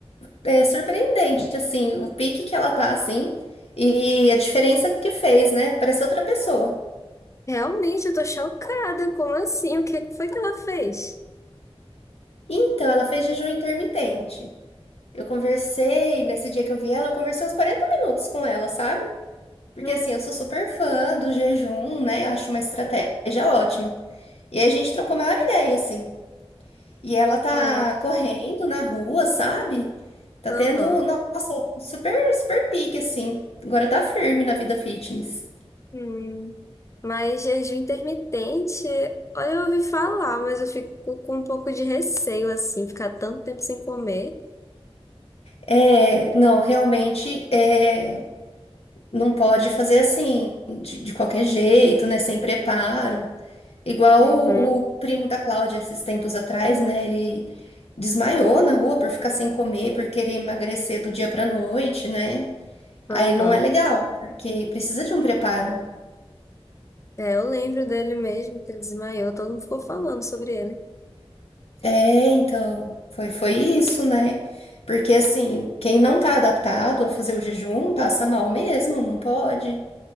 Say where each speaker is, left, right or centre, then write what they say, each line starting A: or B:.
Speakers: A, on the left (about 70°); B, on the left (about 30°).
A: é surpreendente, assim, o pique que ela tá, assim, e a diferença que fez, né? Parece outra pessoa.
B: realmente, eu tô chocada. Como assim? O que que foi que ela fez?
A: Então, ela fez jejum intermitente. Eu conversei, nesse dia que eu vi ela, eu conversei uns 40 minutos com ela, sabe? Porque,
B: Hum,
A: assim, eu sou super fã do jejum, né? Acho uma estratégia ótima. E a gente trocou a maior ideia, assim. E ela tá
B: ah,
A: correndo na rua, sabe? Tá
B: aham.
A: tendo, nossa, super, super pique, assim. Agora tá firme na vida fitness.
B: Hum. Mas jejum intermitente, olha, eu ouvi falar, mas eu fico com um pouco de receio, assim, ficar tanto tempo sem comer.
A: É, não, realmente, é, não pode fazer assim, de, de qualquer jeito, né? Sem preparo. Igual
B: Uhum,
A: o, o primo da Cláudia, esses tempos atrás, né? Ele desmaiou na rua por ficar sem comer, por querer emagrecer do dia pra noite, né?
B: aham.
A: Aí não é legal, porque precisa de um preparo.
B: É, eu lembro dele mesmo, que ele desmaiou, todo mundo ficou falando sobre ele.
A: É, então, foi, foi isso, né? Porque assim, quem não tá adaptado a fazer o jejum passa mal mesmo, não pode,